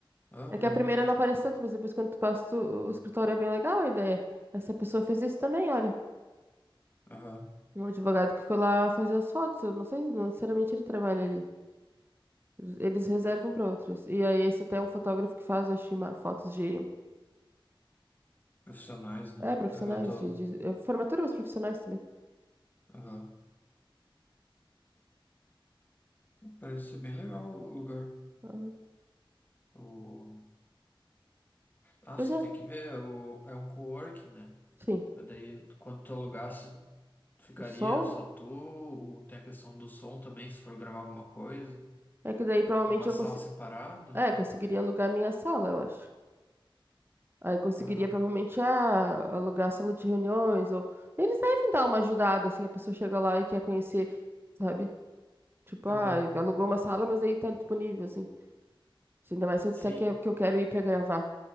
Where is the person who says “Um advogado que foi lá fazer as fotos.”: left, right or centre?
Right